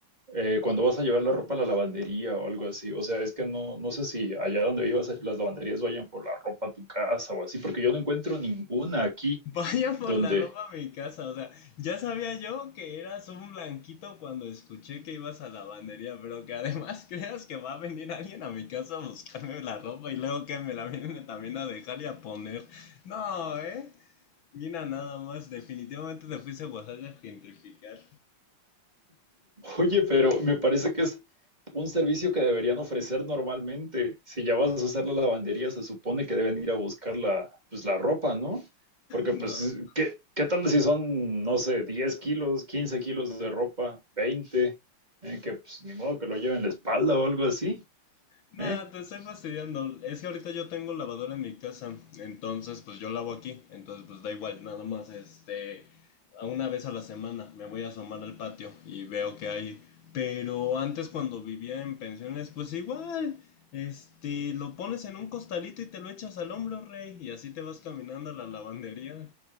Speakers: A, on the right; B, on the left.
A: eh, cuando vas a llevar la ropa a la lavandería o algo así? O sea, es que no, no sé si allá donde vivas eh, las lavanderías vayan por la ropa a tu casa o así, porque yo no encuentro ninguna aquí
B: Vaya por
A: donde,
B: la ropa a mi casa, o sea, ya sabía yo que eras un blanquito cuando escuché que ibas a la lavandería, pero que además <laughs> creas que va a venir alguien a mi casa a buscarme la ropa y luego que me la viene también a dejar y a poner. No, ¿eh? Mira nada más, definitivamente te fuiste a Oaxaca a gentrificar.
A: Oye, pero me parece que es un servicio que deberían ofrecer normalmente. Si ya vas a usar la lavandería, se supone que deben ir a buscar la, pues, la ropa, ¿no? Porque,
B: No.
A: pues, ¿qué, qué tal si son, no sé, 10 kilos, 15 kilos de ropa, 20? ¿eh? Que, pues, ni modo que lo lleven en la espalda o algo así,
B: Nada,
A: ¿eh?
B: te estoy fastidiando. Es que ahorita yo tengo lavadora en mi casa, entonces pues yo lavo aquí, entonces pues da igual, nada más este, a una vez a la semana me voy a asomar al patio y veo que hay. Pero antes cuando vivía en pensiones, pues igual, este, lo pones en un costalito y te lo echas al hombro, rey, y así te vas caminando a la lavandería.